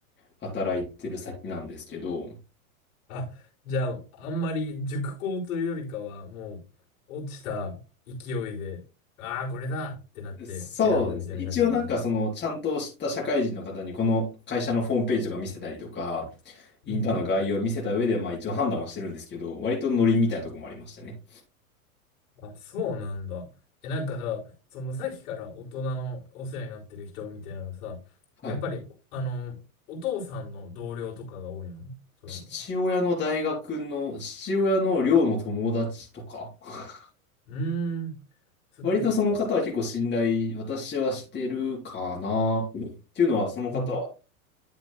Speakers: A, on the left; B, on the left.
A: 働いてる先なんですけど、
B: あ、じゃあ、あんまり熟考というよりかは、もう、落ちた勢いで、ああ、これだってなって選んだみたいな感じなんだ。
A: そうですね。一応なんかその、ちゃんと知った社会人の方にこの会社のホームページとか見せたりとか、インターンの概要を見せた上で、
B: うん。
A: まあ一応判断はしてるんですけど、割とノリみたいなとこもありましたね。
B: あ、そうなんだ。え、なんかさ、そのさっきから大人のお世話になってる人みたいなのさ、
A: はい。
B: やっぱり、あの、お父さんの同僚とかが多いのそういうのは。
A: 父親の大学の、父親の寮の友達とか、<laughs>
B: うーん。そっかそっか。
A: 割とその方は結構信頼、私はしてるかな。っていうのは、その方は
B: うん。